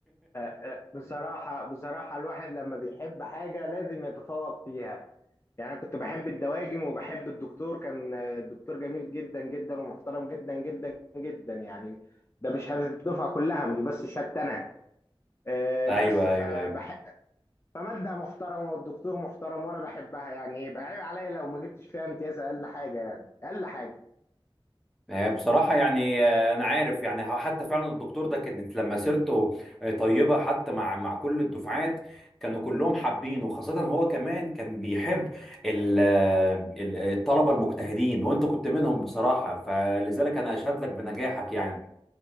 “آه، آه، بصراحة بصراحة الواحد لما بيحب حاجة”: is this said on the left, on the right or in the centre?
Left